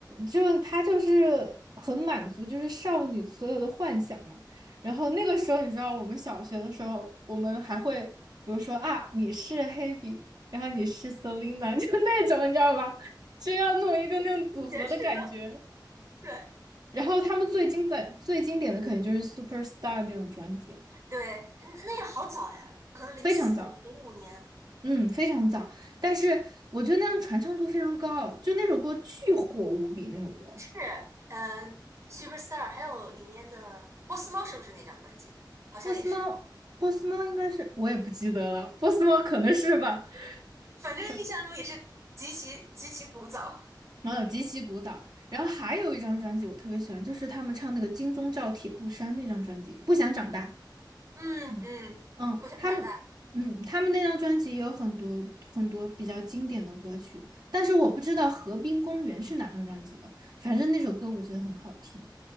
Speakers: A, on the right; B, on the right.
A: 就她就是很满足，就是少女所有的幻想嘛。然后那个时候，你知道我们小学的时候，我们还会比如说啊，你是黑笔，然后你是 Selina，<laughs> 就那种你知道吧？就要弄一个那种组合的感觉。
B: <laughs> 也是的，对，
A: 然后他们最经典最经典的可能就是 Superstar 那种专辑，
B: 对，嗯那也好早呀，可能零四年、
A: 非常早，
B: 零五年
A: 嗯，非常早。但是我觉得那样传唱度非常高，就那首歌巨火无比，那首歌。
B: 是，嗯，Superstar，还有里面的波斯猫是不是那张专辑的？好像也是吧，
A: 波斯猫，波斯猫应该是我也不记得了，波斯猫可能是吧。<laughs>
B: 反正印象中也是极其极其古早。
A: 是然后极其古早，然后还有一张专辑我特别喜欢，就是他们唱那个《金钟罩铁布衫》那张专辑，《不想长大》。
B: 嗯嗯，
A: 嗯，嗯，
B: 不想长大。
A: 他们，嗯，他们那张专辑也有很多很多比较经典的歌曲，但是我不知道《河滨公园》是哪张专辑的，反正那首歌我觉得很好听。